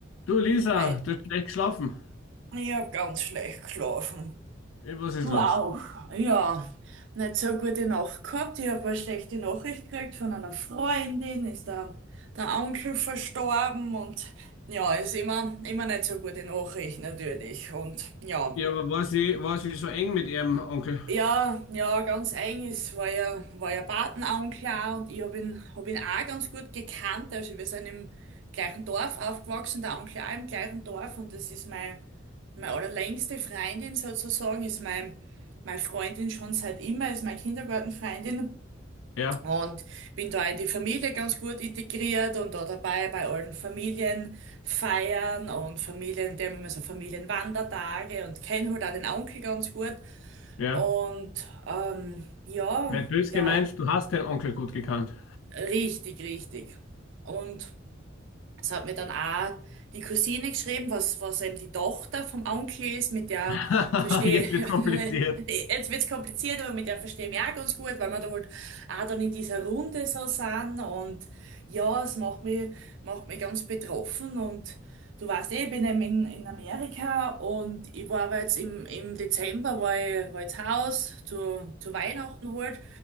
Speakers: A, on the left (about 80°); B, on the right (about 70°).
A: Du Lisa,
B: Hi.
A: du hast schlecht geschlafen.
B: Ich habe ganz schlecht geschlafen.
A: Eh, Was ist
B: Du
A: los?
B: auch. Ja, nicht so eine gute Nacht gehabt. Ich habe eine schlechte Nachricht gekriegt von einer Freundin, ist der, der Onkel verstorben und ja, ist immer, immer nicht so gute Nachricht natürlich. Und ja.
A: Ja, aber war sie, war sie so eng mit ihrem Onkel?
B: Ja, ja, ganz eigenes war ja, war ja Patenonkel und ich hab ihn, hab ihn auch ganz gut gekannt. Also wir sind im gleichen Dorf aufgewachsen, der Onkel auch im gleichen Dorf und das ist mein, meine allerlängste Freundin sozusagen, ist mein, meine Freundin schon seit immer, ist meine Kindergartenfreundin.
A: Ja,
B: Und bin da in die Familie ganz gut integriert und da dabei bei allen Familienfeiern und Familien, die haben immer so Familienwandertage und kenne halt auch den Onkel ganz gut.
A: ja.
B: Und ähm, ja,
A: Nicht böse
B: der
A: gemeint, du hast den Onkel gut gekannt.
B: richtig, richtig. Und es hat mir dann auch die Cousine geschrieben, was, was eben die Tochter vom Onkel ist, mit der
A: <laughs>
B: verstehe,
A: Jetzt wird kompliziert.
B: <laughs> jetzt wird's kompliziert, aber mit der verstehe ich mich auch ganz gut, weil wir da halt auch dann in dieser Runde so sind und ja, es macht mich, macht mich ganz betroffen und du weißt eh, ich bin eben in, in Amerika und ich war aber jetzt im, im Dezember, war ich, war ich zu Hause, zu, zu Weihnachten halt